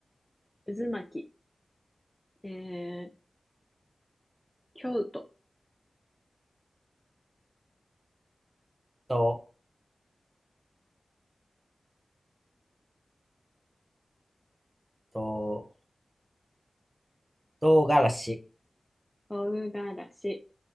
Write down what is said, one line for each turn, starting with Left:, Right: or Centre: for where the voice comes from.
Centre: 渦巻き、えー、京都、
Right: と、と、唐辛子。
Centre: 唐辛子、